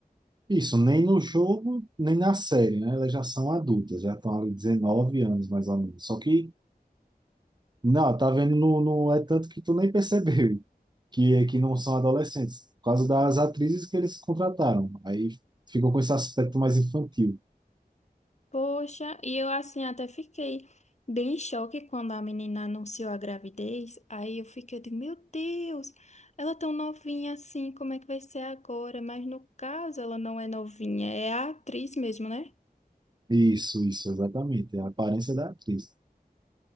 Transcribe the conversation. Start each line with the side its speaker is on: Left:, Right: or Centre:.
Right: Isso, nem no jogo, nem na série, né? Elas já são adultas, já estão ali 19 anos, mais ou menos. Só que, não, tá vendo, não, não é tanto que tu nem percebeu <laughs> que, é que não são adolescentes, por causa das atrizes que eles contrataram. Aí ficou com esse aspecto mais infantil.
Left: Poxa, e eu assim até fiquei bem em choque quando a menina anunciou a gravidez. Aí eu fiquei de, meu Deus, ela é tão novinha assim, como é que vai ser agora? Mas no caso, ela não é novinha, é a atriz mesmo, né?
Right: Isso, isso, exatamente. É a aparência da atriz.